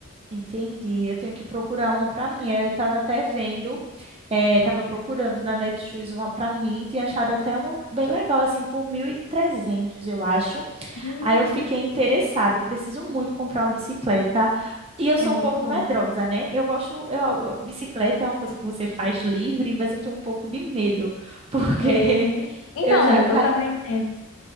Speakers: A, on the right; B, on the left.
A: Entendi. Eu tenho que procurar uma para mim. Eu estava até vendo, estava procurando na Netshoes uma para mim, tinha achado até uma bem legal, assim, por 1.300, eu acho.
B: Hum,
A: Aí eu fiquei interessada. Eu preciso muito comprar uma bicicleta. E eu
B: É
A: sou
B: muito
A: um pouco
B: bom.
A: medrosa, né? Eu gosto, eu, eu- bicicleta é uma coisa que você faz livre, mas eu tenho um pouco de medo, porque
B: É...
A: <laughs>
B: Então,
A: eu já ca...
B: eu também tenho.